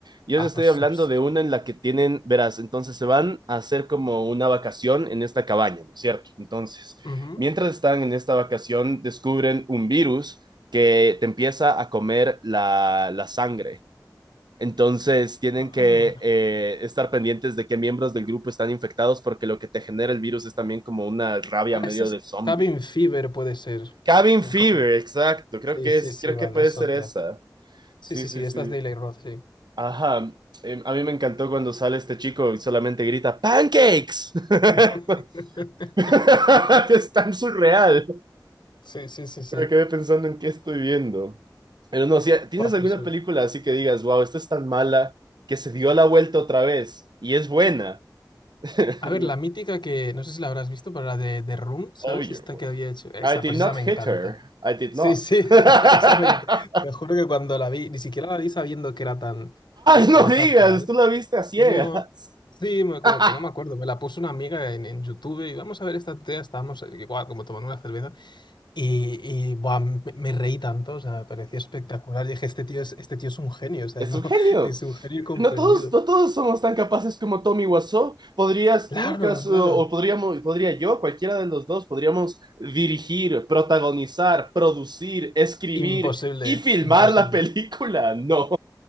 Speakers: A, on the right (about 70°); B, on the left (about 80°).
A: Yo
B: Ah,
A: les estoy
B: pues
A: hablando
B: no sé.
A: de una en la que tienen, verás, entonces se van a hacer como una vacación en esta cabaña, ¿no es cierto? Entonces,
B: Ujú.
A: mientras están en esta vacación, descubren un virus que te empieza a comer la, la sangre entonces tienen
B: Ah,
A: que eh, estar pendientes de qué miembros del grupo están infectados porque lo que te genera el virus es también como una rabia
B: Ah,
A: medio
B: esa es
A: de zombie.
B: Cabin Fever, puede ser.
A: Cabin
B: No,
A: Fever,
B: Cabin-
A: exacto. Creo
B: Sí,
A: que
B: sí,
A: es,
B: sí,
A: creo
B: vale,
A: que puede
B: es
A: ser
B: otra.
A: esa.
B: Sí,
A: Sí,
B: sí,
A: sí,
B: sí, esta
A: sí.
B: es de Eli Roth, sí.
A: Ajá. Eh, a mí me encantó cuando sale este chico y solamente grita ¡Pancakes! <laughs>
B: <laughs>
A: <laughs> es tan surreal.
B: Sí, sí, sí, sí.
A: Me quedé pensando en qué estoy viendo. Pero no, si tienes
B: Buah,
A: alguna
B: pues eh,
A: película así que digas, wow, esta es tan mala que se dio la vuelta otra vez y es buena. <laughs>
B: A
A: Digo,
B: ver, la mítica que no sé si la habrás visto, pero la de, de Room, ¿sabes?
A: Obvio.
B: Esta que había hecho. Esa,
A: I did
B: pues
A: not
B: esa me
A: hit
B: encanta.
A: her. I did
B: Sí,
A: not.
B: sí,
A: <laughs> ah,
B: <laughs> esa me encanta. Te juro que cuando la vi, ni siquiera la vi sabiendo que era tan. que
A: no
B: como
A: digas,
B: es arte, ¿vale?
A: tú la viste a ciegas.
B: No. Sí, me- como
A: <laughs>
B: que no me acuerdo. Me la puso una amiga en, en YouTube y vamos a ver esta tía. Estábamos eh, igual, como tomando una cerveza. Y, y buah, me, me reí tanto, o sea, me pareció espectacular. Y dije, este tío es, este tío es un genio, o sea,
A: es
B: no,
A: un
B: <laughs>
A: genio.
B: es un genio comprendido.
A: no todos, no todos somos tan capaces como Tommy Wiseau. ¿Podrías
B: Claro,
A: tú, caso,
B: claro.
A: o podríamos, podría yo, cualquiera de los dos, podríamos dirigir, protagonizar, producir, escribir
B: Imposible,
A: y filmar
B: imposible.
A: la película? <laughs> No,